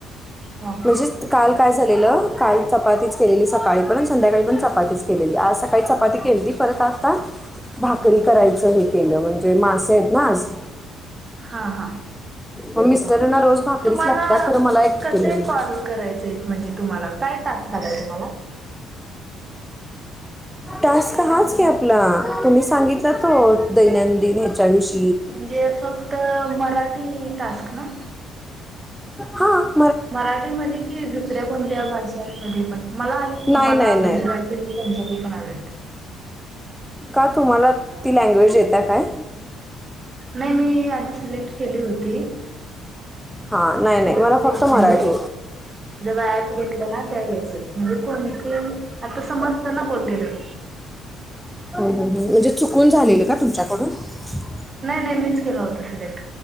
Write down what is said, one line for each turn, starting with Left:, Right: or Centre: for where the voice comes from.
Right: हा
Centre: म्हणजे काल काय झालेलं काल चपातीच केलेली. सकाळी पण संध्याकाळी पण चपातीच केलेली. आज सकाळी चपाती केलती परत आता भाकरी करायचं हे केलं म्हणजे मासे आहेत ना आज
Right: हा हा
Centre: मग मिस्टरांना रोज भाकरीच
Right: तुम्हाला
Centre: लागत्या खरं मला एकटीला
Right: कसे
Centre: नाही
Right: कॉल करायचे आहेत म्हणजे तुम्हाला काय टास्क आलाय तुम्हाला?
Centre: टास्क हाच की आपला तुम्ही सांगितलं तो दैनंदिन ह्यच्याविषयी
Right: म्हणजे फक्त मराठी टास्क ना
Centre: हा.
Right: मराठीमध्ये कि दुसऱ्या कोणत्या भाषांमध्ये पण मला आवत ना
Centre: नाही
Right: मला
Centre: नाही नाही
Right: गुजराती, पंजाबी पण आवडत.
Centre: का तुम्हाला ती लँग्वेज येतिया काय?
Right: नाही मी आता सिलेक्ट केली होती
Centre: हा नाही नाही
Right: पूर्वी
Centre: मला फक्त
Right: म्हणजे
Centre: मराठी
Right: जव्हा ऍप घेतलं ना त्या वेळेसच म्हणजे कोणी आता समजतना बोललेलं.
Centre: हा हा ह म्हणजे चुकून झालेल का तुमच्याकडून <inaudible>
Right: नाही नाही मीच केला होता सिलेक्ट